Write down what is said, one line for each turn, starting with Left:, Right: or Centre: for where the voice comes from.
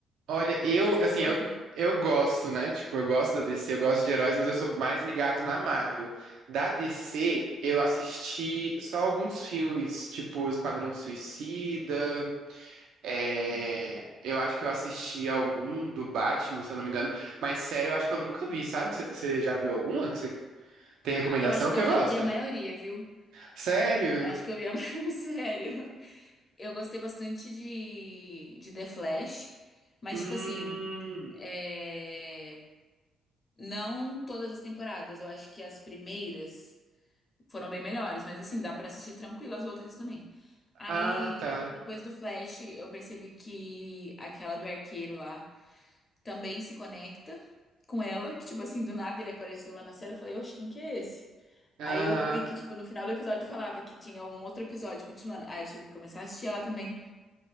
Right: Olha,
Left: entre
Right: eu,
Left: uma série
Right: assim,
Left: e
Right: eu,
Left: outra?
Right: eu gosto, né? Tipo, eu gosto da DC, eu gosto de heróis, mas eu sou mais ligado na Marvel. Da DC, eu assisti só alguns filmes, tipo Esquadrão Suicida, é... eu acho que eu assisti algum do Batman, se eu não me engano, mas sério, eu acho que eu nunca vi, sabe? Você, você já viu alguma que você tem recomendação
Left: Ah, Eu acho que
Right: que
Left: eu
Right: eu
Left: já
Right: gosto?
Left: vi a maioria, viu?
Right: Sério?
Left: Eu acho que eu vi a <laughs> maioria, sério. Eu gostei bastante de, de The Flash, mas,
Right: Hum...
Left: tipo assim, é, não todas as temporadas. Eu acho que as primeiras foram bem melhores, mas, assim, dá pra assistir tranquilo as outras também. Aí,
Right: Ah, tá.
Left: depois do Flash, eu percebi que aquela do arqueiro lá também se conecta com ela, que, tipo assim, do nada ele apareceu lá na série. Eu falei, oxe, quem que é esse?
Right: Aham.
Left: Aí eu vi que, tipo, no final do episódio falava que tinha um outro episódio continuando. Aí eu tive que começar a assistir ela também.